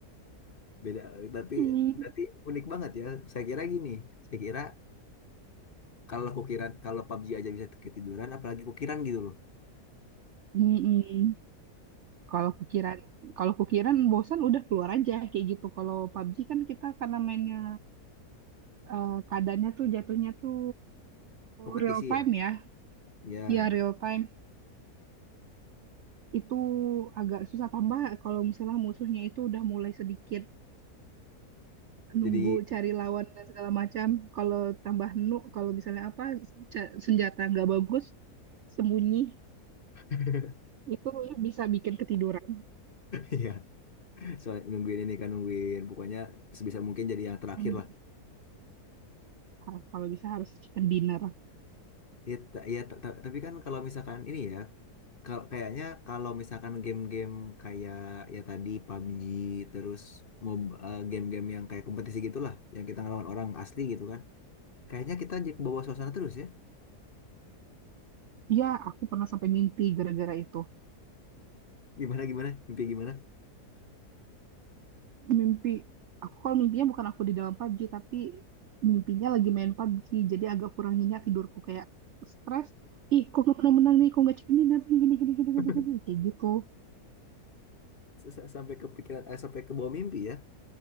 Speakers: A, on the left (about 40°); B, on the right (about 70°).
A: Beda. Tapi
B: hmm.
A: berarti unik banget ya. Saya kira gini. Saya kira kalau kukiran kalau PUBG aja bisa ketiduran, apalagi kukiran gitu loh.
B: Mm-mm. kalau kukiran kalau kukiran bosan udah keluar aja kayak gitu kalau PUBG kan kita karena mainnya eh, keadaannya tuh jatuhnya tuh
A: Kompetisi
B: real time
A: ya.
B: ya
A: Ya.
B: ya real time itu agak susah tambah kalau misalnya musuhnya itu udah mulai sedikit nunggu
A: Jadi.
B: cari lawan dan segala macam. Kalau tambah nu, kalau misalnya apa ca- senjata nggak bagus, sembunyi
A: <laughs>
B: itu ya bisa bikin ketiduran.
A: Iya. soal nungguin ini kan nungguin pokoknya sebisa mungkin jadi yang terakhir
B: Hmm.
A: lah
B: Ah, Kalau bisa harus chicken dinner.
A: ya, ta- ya ta- ta- tapi kan kalau misalkan ini ya kal- kayaknya kalau misalkan game-game kayak ya tadi PUBG terus mob eh, game-game yang kayak kompetisi gitulah yang kita ngelawan orang asli gitu kan kayaknya kita jadi ke bawah suasana terus ya
B: Ya, aku pernah sampai mimpi gara-gara itu.
A: gimana gimana mimpi gimana
B: Mimpi aku kalau mimpinya bukan aku di dalam PUBG tapi mimpinya lagi main PUBG. Jadi agak kurang nyenyak tidurku kayak stres. Ih, kok gak pernah menang nih? Kok gak chicken dinner nih? Gini, gini, gini, gini,
A: <laughs>
B: gini. Kayak gitu.
A: S- s- sampai kepikiran eh, sampai ke bawah mimpi ya